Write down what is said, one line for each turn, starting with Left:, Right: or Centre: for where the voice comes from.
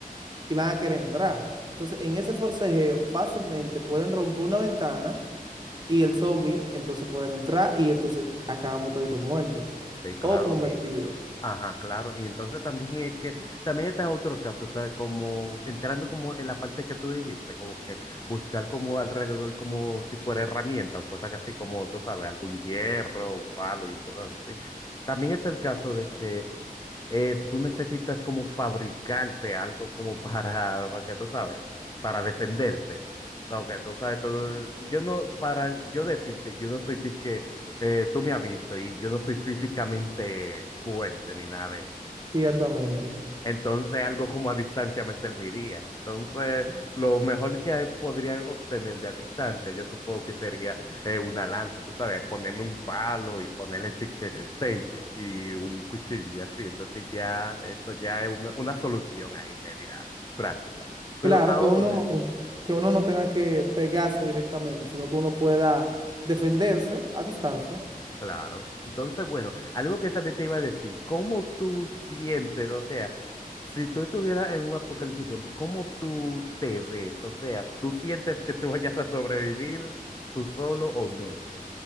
Right: y van a querer entrar. Entonces, en ese forcejeo fácilmente pueden romper una ventana y el zombie entonces poder entrar y entonces acabamos toditos muertos
Left: Sí, claro,
Right: o convertidos,
Left: y, ajá, claro, y entonces también es que, también está otro caso, está como entrando como en la parte que tú dijiste, como que buscar como alrededor como si fuera herramienta o cosas así como, tú sabes, algún hierro, un palo y cosas así. También está el caso de que eh, tú necesitas como fabricarte algo como <laughs> para, para que tú sabes, para defenderte. No, que tú sabes todo. Yo no, para yo decirte, yo no soy ti que eh, tú me has visto y yo no soy físicamente fuerte ni nada de eso.
Right: ciertamente.
Left: Entonces algo como a distancia me serviría. Entonces lo mejor que podría obtener de a distancia, yo supongo que sería eh, una lanza, tú sabes, ponerme un palo y ponerle tique- tape y un cuchillo y así. Entonces ya eso ya es una, una solución ahí media práctica. Pero
Right: Claro
Left: ahora,
Right: que uno, que uno no tenga que pegarse directamente, sino que uno pueda defenderse a distancia.
Left: Claro. Entonces, bueno, algo que también te iba a decir, ¿cómo tú sientes? O sea, si tú estuvieras en un apocalipsis zombie, ¿cómo tú te ves? O sea, ¿tú sientes que tú vayas a sobrevivir tú solo o no?